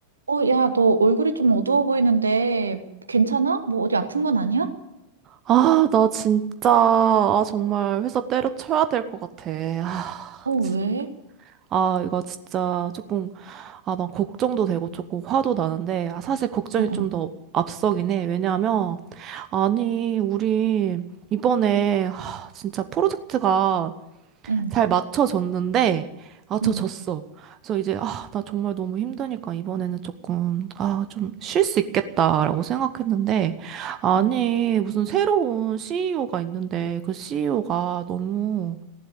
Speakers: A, on the right; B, on the right.
A: 어, 야, 너 얼굴이 좀 어두워 보이는데 괜찮아? 뭐 어디 아픈 건 아니야?
B: 아, 나 진짜, 아, 정말 회사 때려쳐야 될 것 같아. 아,
A: 어,
B: 진-
A: 왜?
B: 아, 이거 진짜 조금, 아, 난 걱정도 되고 조금 화도 나는데, 아, 사실 걱정이
A: 어, 어,
B: 좀 더 앞서긴 해. 왜냐하면, 아니, 우리 이번에, 하, 진짜 프로젝트가
A: 응,
B: 잘 맞춰졌는데 맞춰졌어.
A: 응,
B: 그래서 이제 아, 나 정말 너무 힘드니까 이번에는 조금 아, 좀 쉴 수 있겠다라고 생각했는데 아니,
A: 응.
B: 무슨 새로운 CEO가 있는데 그 CEO가 너무